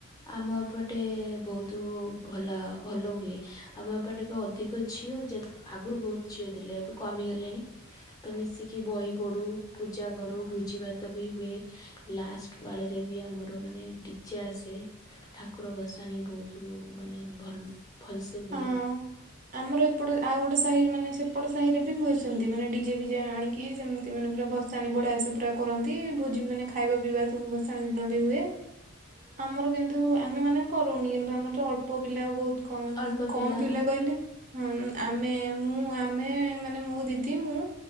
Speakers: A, on the left; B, on the right.
A: ଆମ ପଟେ ବୋହୁତୁ ଭଲା ଭଲ ହୁଏ ‌ ଆମ ଏପଟେ ବି ଅଧିକ ଝିଅ ଯେ ଆଗୁରୁ ବୋହୁତ ଝିଅ ଥିଲେ ଏବେ କମିଗଲେଣି ତ ମିଶିକି ବହି ପଢୁ ପୂଜା କରୁ ଭୋଜି ଭାତ ବି ହୁଏ। ଲାଷ୍ଟ ପାଳିରେ ବି ଆମର ମାନେ ଡିଜେ ଆସେ। ଠାକ ଠାକୁର ବସାଣି ବହୁତ ମାନେ ଭଲ ଭଲସେ ହୁଏ।
B: ହଁ ଆମର ଏପଟେ ଆଉ ଗୋଟେ ସାହି ମାନେ ସେପଟେ ସାହିରେବି ହୁଏ ହେମେତି ମାନେ ଡିଜେ ଫିଜେ ଆଣିକି କି ସେମିତି ମାନେ ପୁରା ଭସାଣି ବଢାଆସ ପୁରା କରନ୍ତି ଭୋଜିବି ମାନେ ଖାଇବା ପିଇବା ସବୁ ଭସାଣ ଦିନବି ହୁଏ
A: <unintelligible>
B: ଆମର କେମିତି ହୁ ଆମେ ମାନେ କରୁନି କିନ୍ତୁ ଆମରତ ଅଳ୍ପ ପିଲା ବହୁତ୍ କମ୍
A: ଅଳ୍ପ
B: କମ୍ ପିଲା
A: ହଁ
B: କ କଇଁଲେ ହଁ ଆମେ ମୁଁ ଆମେ ମାନେ ମୋ ଦିଦି ମୁଁ